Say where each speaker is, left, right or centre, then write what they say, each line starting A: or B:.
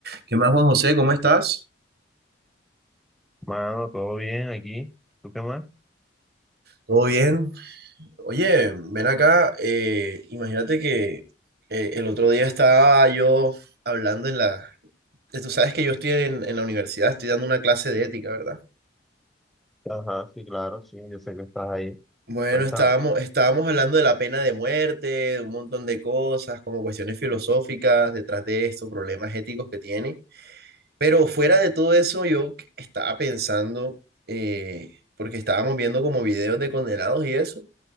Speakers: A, on the right; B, in the centre.
A: ¿Qué más, Juan José? ¿Cómo estás?
B: Mano, todo bien aquí. ¿Tú qué más?
A: ¿Todo bien? Oye, ven acá. eh, imagínate que eh, el otro día estaba yo hablando en la... eh, Tú sabes que yo estoy en, en la universidad, estoy dando una clase de ética, ¿verdad?
B: Ajá, sí, claro, sí, yo sé que estás ahí.
A: Bueno,
B: Cuéntame.
A: estábamos, estábamos hablando de la pena de muerte, de un montón de cosas, como cuestiones filosóficas detrás de esto, problemas éticos que tiene. Pero fuera de todo eso, yo estaba pensando, eh, porque estábamos viendo como videos de condenados y eso.